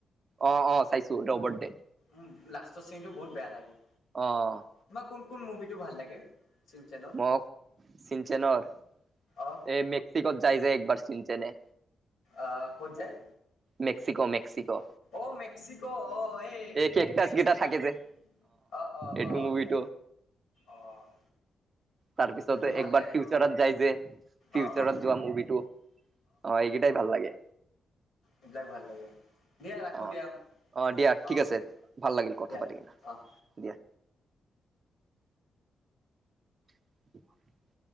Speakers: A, on the right; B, on the left.
A: অ', অ' চাইছো ৰ'বট ডেড।
B: উ লাষ্টৰ চিনটো বহুত বেয়া লাগে।
A: অ'।
B: তোমাৰ কোন কোন মুভি টো ভাল লাগে? চিমচেনৰ
A: মোক চিনচেনৰ,
B: অ
A: এই মেক্সিকোত যাইযে একবাৰ চিনচেনে
B: আহ ক'ত যায়?
A: Mexico Mexico.
B: অ', মেক্সিকো অ', এই কে
A: কেকটাচ
B: কেটেক্স
A: কেইটা
B: থাকা
A: থাকে
B: কৰোঁ।
A: যে
B: অ', অ',
A: এইটো
B: অ',
A: মুভিটো
B: অ'।
A: তাৰ পিছত
B: এইটো ভাল
A: একবাৰ
B: লাগে
A: ফিউচাৰত
B: অ
A: যাই যে, ফিউচাৰত
B: অ অ
A: যোৱা মুভিটো অ', এইকেইটাই ভাল লাগে।
B: এইবিলাক ভাল লাগে। দিয়া ৰাখো
A: অ',
B: দিয়া।
A: অ', দিয়া ঠিক
B: অহ,
A: আছে ভাল লাগিল কথা
B: দিয়া।
A: পাতি কিনা
B: অহ।
A: দিয়া। <inaudible>